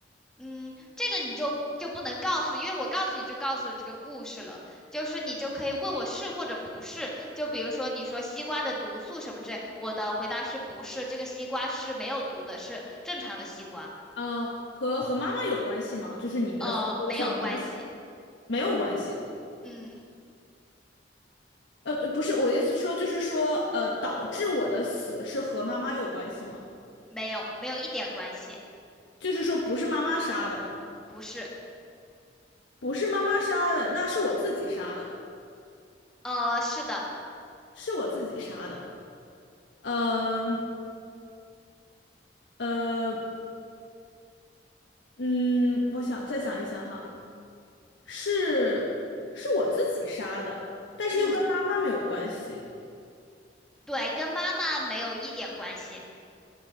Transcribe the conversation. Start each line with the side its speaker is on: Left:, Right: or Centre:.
Centre: 嗯，这个你就就不能告诉，因为我告诉你就告诉了这个故事了，就是你就可以问我是或者不是。就比如说你说西瓜的毒素什么之类，我的回答是不是，这个西瓜是没有毒的，是正常的西瓜。
Left: 嗯、和和妈妈有关系吗？就是你的死小明的死
Centre: 呃，没有关系，
Left: 没有关系。
Centre: 嗯，
Left: 呃，不是，我的意思说就是说，呃，导致我的死是和妈妈有关系吗？
Centre: 没有，没有一点关系，
Left: 就是说不是妈妈杀的，
Centre: 不是，
Left: 不是妈妈杀的，那是我自己杀的。
Centre: 呃，是的，
Left: 是我自己杀的。嗯呃嗯，我想再想一想哈，是是我自己杀的，但是又跟妈妈没有关系。
Centre: 嗯，对，跟妈妈没有一点关系。